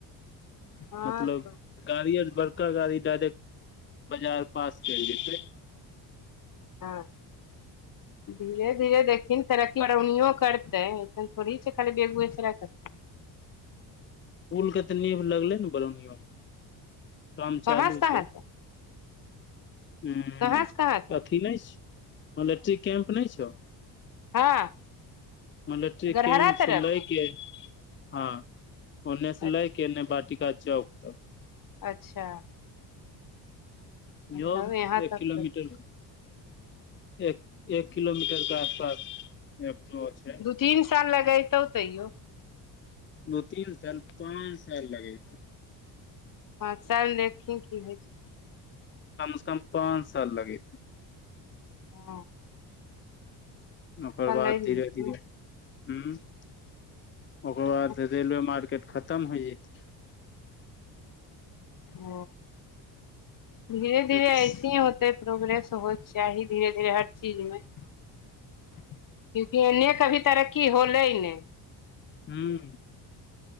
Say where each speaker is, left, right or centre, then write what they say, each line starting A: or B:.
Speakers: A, on the left (about 40°); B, on the left (about 25°).
A: हँ
B: मतलब
A: तऽ
B: गाड़ी आर बड़का गाड़ी डायरेक्ट बाजार पास चलि जेतै।
A: हँ धीरे धीरे देखहिन तरक्की बड़ौनी करतै ऐहन थोड़हि छै जे खाली बेगूये सराय <inaudible>
B: पुल के तऽ नीव लगलै ने बरौनीयों मे काम चालू
A: कहाँ से
B: छै
A: कहाँ तक
B: हुँ अथी
A: कहाँ से कहाँ तक
B: ई नय छै मलेट्री कैम्प नय छौ।
A: हँ
B: मलेट्री
A: गरहरा
B: कैंप
A: तरफ
B: से लैके हँ ओन्नेस
A: अच्छा
B: लैके एन्ने बाटिका चौक तक
A: अच्छा
B: योग
A: तब यहाँ
B: एक
A: तक
B: किलोमीटर
A: करबै
B: एक एक किलोमीटर के आस पास <unintelligible>
A: दू तीन साल लगेैतौ तैयो
B: दू तीन साल पाँन साल लगैतौ
A: पाँच साल देखहिन की होय छै।
B: कम से कम पाँच साल लगैतौ
A: हाँ
B: ओकर बाद
A: लागि
B: धीरे
A: जेतै
B: धीरे।
A: ने
B: हुँ ओकर
A: हँ
B: बाद रेलवे मार्केट खतम होइ जैतै।
A: ओ धीरे धीरे
B: चूँकि
A: ऐसिहीं होतै। प्रोग्रेस होइके चाही धीरे धीरे हर चीज मे। क्यूंकि एन्ने कभी तरक्की होलै नय
B: हुँ